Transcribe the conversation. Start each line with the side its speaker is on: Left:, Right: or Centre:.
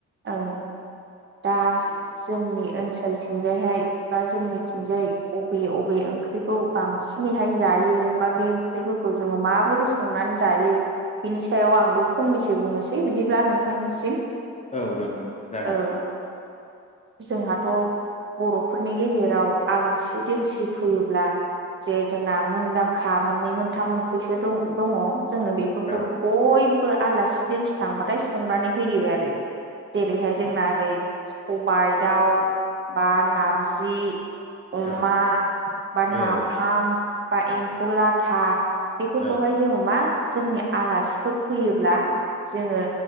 Right: ओं दा जोंनि ओनसोलथिंजायहाय मा जों मिथिंजाय बबे बबे ओंख्रिखौ बांसिनैहाय जायो बा बे ओंख्रिफोरखौ जोङो माबोरै संनानै जायो बिनि सायाव आंबो फंनैसो बुंनोसै बिदिब्ला नोंथांनिसिम
Left: औ नांथां।
Right: औ।
Left: <inaudible>
Right: जोंहाथ' बर'फोरनि गेजेराव आलासि दोनसि फैयोब्ला जे जोंना मुंदांखा मोननै मोनथाम ओंख्रिसो दङ जोङो बे फोरखौ
Left: औ
Right: बयबो आलासि दोंसि थांबाथाय संनानै होयो आरो। जेरैहाय
Left: नंगौ
Right: जोंना
Left: नोंथां
Right: ओरै सबायाइ दाउ बा नारजि अमा
Left: औ
Right: बा
Left: औ
Right: नाफाम बा एम्फुलाथा बेफोरखौहाय
Left: औ
Right: जोङो मा जोंनि आलासिफोर फैयोब्ला जोङो